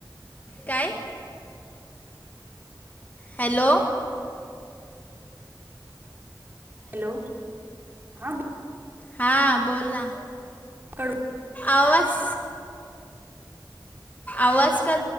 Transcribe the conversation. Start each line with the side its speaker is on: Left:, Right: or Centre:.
Left: काय. हॅलो.
Right: हॅलो हा.
Left: हा बोलां
Right: कट
Left: आवाज आवाज का